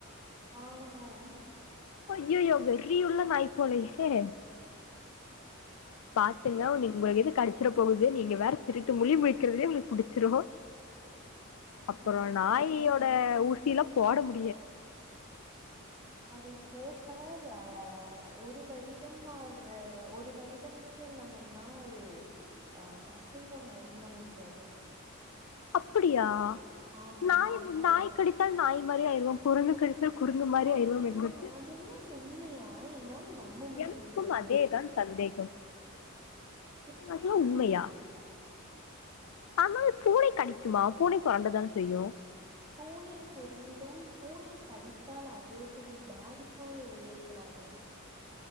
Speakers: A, on the right; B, on the left.
A: ஆ அ
B: அய்யய்யோ வெறி உள்ள நாய் போலயே பாத்துங்க நீ உங்களுக் எது கடிச்சிட போகுது நீங்க வேற திருட்டு முழி முழிக்கிறதுலே உங்ளுக்கு புடிச்சிரு அப்றோ
A: அது என்னவோ
B: நாயோட ஊசிலா போட மு
A: அதை போட்டால் ஆ ஒரு வரிடம்மாரய ஒரு வரிடம்க்கு நம்ம நாள் அ அசைவம் ஒழுண்ண முடியாது
B: அப்படியா
A: ஆம்
B: நாய்
A: கடித்தா
B: நாய் கடித்தால் நாய் மாரி ஆயிருவோம் குறுங்கு கடித்தால் குறுங்கு மாதிரி
A: ஆனா
B: ஆயிருவோம் என்து
A: அதெல்லாம் உண்மையா என்னால் நம்ப முடியவில்லை
B: எனக்கும்
A: அதை
B: அதேதான் சந்தேகம்
A: எப்படியும்
B: அதுல்லா உண்மையா ஆனால் பூனை கடிக்குமா பூனை பறண்டுதானே செய்யு
A: பூனை புரண்டும் பூனை கடித்தால் அவ் அவ்ளோ பெரிய பாதிப்பு ஏற்படாதுங்க